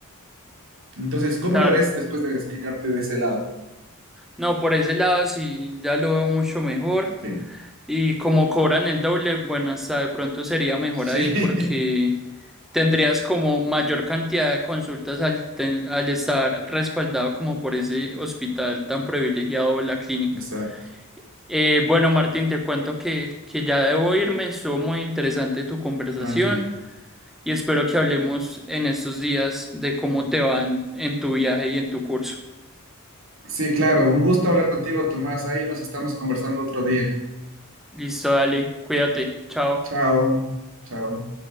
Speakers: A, on the right (about 65°); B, in the centre.
A: Entonces, ¿cómo
B: claro.
A: lo ves después de explicarte de ese lado?
B: No, por ese lado sí ya lo veo mucho mejor.
A: Sí,
B: Y como cobran el doble, bueno, hasta de pronto sería mejor
A: sí,
B: ahí porque tendrías como mayor cantidad de consultas al, te- al estar respaldado como por ese hospital tan privilegiado o la clínica.
A: <laughs> exacto,
B: Eh, bueno, Martín, te cuento que, que ya debo irme. Estuvo muy interesante tu conversación
A: tranqui.
B: y espero que hablemos en estos días de cómo te va en en tu viaje y en tu curso.
A: Sí, claro, un gusto hablar contigo, Tomás. Ahí nos estamos conversando otro día.
B: Listo, dale, cuídate, chao.
A: Chao, chao.